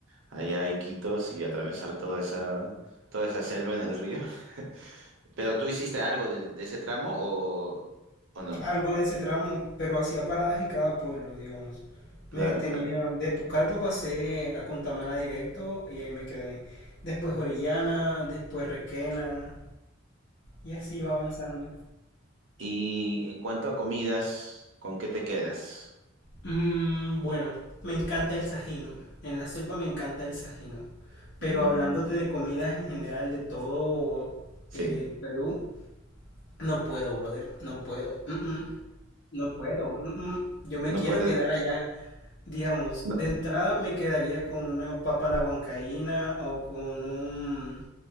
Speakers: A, on the right (about 70°); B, on the left (about 55°).
A: allá a Iquitos y atravesar toda esa, toda esa selva en el río. <laughs> ¿Pero tú hiciste algo del- de ese tramo o, o no?
B: Algo de ese tramo, pero hacía paradas en cada pueblo, digamos.
A: Claro,
B: Me detenía,
A: claro.
B: de Pucallpa pasé a Contamana directo y ahí me quedé. Después Orellana, después Requena y así iba avanzando.
A: Y en cuanto a comidas, ¿con qué te quedas?
B: Mm, bueno, me encanta el sajino. En la selva me encanta el sajino. Pero
A: Mm,
B: hablándote de comidas en general de todo
A: sí.
B: eh, Perú, no puedo, brother, no puedo. Mm, mm. No puedo. mm, mm, Yo me
A: No
B: quiero
A: puede.
B: quedar allá. Digamos,
A: no.
B: de entrada me quedaría con una papa a la huancaína o con un,